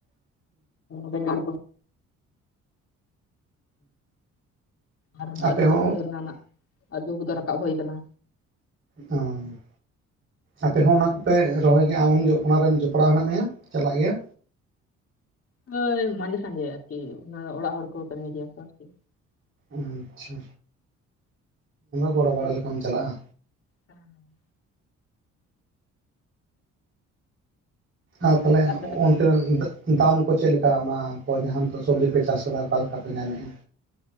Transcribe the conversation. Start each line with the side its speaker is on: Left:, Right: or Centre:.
Left: ᱵᱮᱸᱜᱟᱲ ᱠᱚᱦᱚᱸ ᱟᱨ ᱚᱱᱟ
Right: ᱟᱯᱮ
Left: ᱟᱹᱞᱩ
Right: ᱦᱚᱸ
Left: ᱠᱚ ᱨᱚᱦᱚᱭ ᱦᱩᱭ ᱞᱮᱱᱟ ᱚᱱᱟ ᱟᱹᱞᱩ ᱠᱚᱫᱚ ᱨᱟᱠᱟᱵ ᱦᱩᱭ ᱠᱟᱱᱟ᱾
Right: ᱚᱸ ᱟᱯᱮ ᱦᱚᱸ ᱚᱱᱟ ᱠᱚᱯᱮ ᱨᱚᱦᱚᱭ ᱜᱮᱭᱟ ᱟᱢ ᱦᱚᱸ ᱚᱱᱟᱨᱮᱢ ᱡᱚᱯᱲᱟᱣ ᱦᱮᱱᱟᱜ ᱢᱮᱭᱟ ᱪᱟᱞᱟᱜ ᱜᱮᱭᱟ
Left: ᱦᱳᱭ ᱢᱟᱡᱷᱮ-ᱥᱟᱸᱡᱷᱮ ᱟᱨᱠᱤ ᱚᱱᱟ ᱚᱲᱟᱜ ᱦᱚᱲ ᱠᱚ ᱠᱟᱹᱢᱤ ᱜᱮᱭᱟ ᱠᱚ ᱟᱨᱠᱤ
Right: ᱟᱪᱷᱟ ᱜᱚᱲᱚ ᱵᱟᱲᱟ ᱞᱮᱠᱟᱢ ᱪᱟᱞᱟᱜᱼᱟ᱾
Left: ᱦᱮᱸᱻ
Right: ᱟᱨ ᱛᱟᱦᱚᱞᱮ
Left: ᱟᱯᱮ ᱥᱮᱫ
Right: ᱚᱱ ᱛᱮ ᱫᱚ ᱫᱟᱢ ᱠᱚ ᱪᱮᱫ ᱞᱮᱠᱟ ᱚᱱᱟ ᱠᱚ ᱡᱟᱦᱟᱸ ᱱᱤᱛᱚᱜ ᱥᱚᱵᱽᱡᱤ ᱯᱮ ᱪᱟᱥ ᱟᱠᱟᱫᱟ ᱚᱠᱟ ᱞᱮᱠᱟ ᱯᱮ ᱧᱟᱢᱮᱫᱼᱟ?